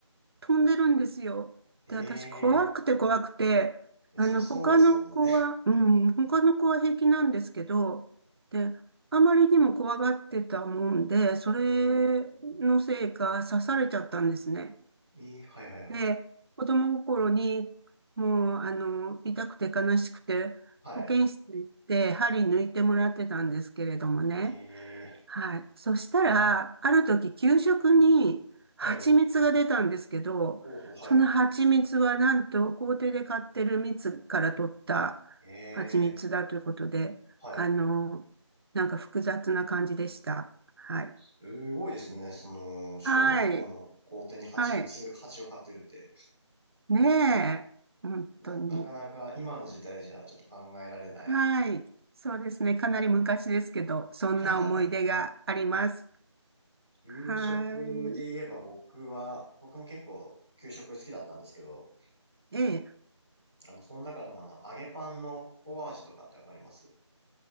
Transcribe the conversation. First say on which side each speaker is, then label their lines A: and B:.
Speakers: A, on the right (about 55°); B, in the centre.
A: 飛んでるんですよ。
B: ええ
A: で、私怖くて怖くて、
B: ー。いや、
A: あの、
B: それそうですよね。
A: 他の子は、うん、他の子は平気なんですけど、で、あまりにも怖がってたもんで、
B: <laughs>
A: それのせいか刺されちゃったんですね。
B: うーん。えー、はいはいはい。
A: で、子供心に、もう、あの、痛くて悲しくて、
B: はい。
A: 保健室に行って、針抜いてもらってたんですけれどもね。
B: ええ
A: はい。そしたら、ある時、給食に蜂蜜が出たんですけど、
B: ー、はい。ほうほう、はい。
A: その蜂蜜はなんと、校庭で買ってる蜜から取った
B: ええ
A: 蜂蜜だということで、
B: ー、はい。
A: あの、なんか複雑な感じでした。はい。
B: すごいですね。その、小学校の校庭に蜂蜜、
A: はい。はい。
B: 蜂を飼ってるって。
A: ねえ。本当に。
B: な、なかなか今の時代じゃちょっと考えられない。
A: はい。そうですね。かなり昔ですけど、そんな思い出があります。
B: <laughs> 給食で言えば僕は、
A: はい。
B: 僕も結構給食好きだったんですけど、
A: ええ、
B: あの、その中でもあの、揚げパンのココア味とかってわかります